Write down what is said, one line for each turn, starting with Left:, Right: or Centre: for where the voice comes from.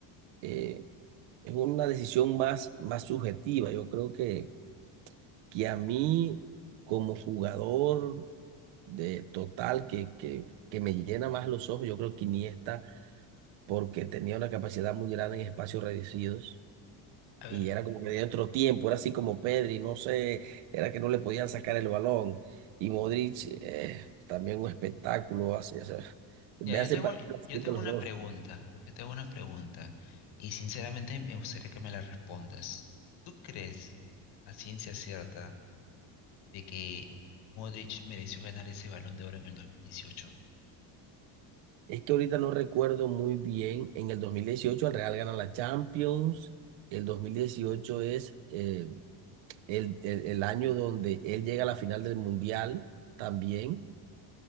Right: eh, es una decisión más, más subjetiva. Yo creo que, que a mí como jugador de total que, que, que me llena más los ojos. Yo creo que Iniesta, porque tenía una capacidad muy grande en espacios reducidos
Left: A ver,
Right: y era como que de otro tiempo, era así como Pedri, no sé, era que no le podían sacar el balón. Y Modric, eh, también un espectáculo, así, o sea, me
Left: ya, yo
Right: hace
Left: te hago,
Right: partir
Left: yo te
Right: los
Left: hago una
Right: dos.
Left: pregunta. Yo te hago una pregunta. Y sinceramente me gustaría que me la respondas. ¿Tú crees, a ciencia cierta, de que Modric mereció ganar ese Balón de Oro en el 2018?
Right: Es que ahorita no recuerdo muy bien, en el 2018 el Real gana la Champions. El 2018 es eh, el, el el año donde él llega a la final del Mundial también.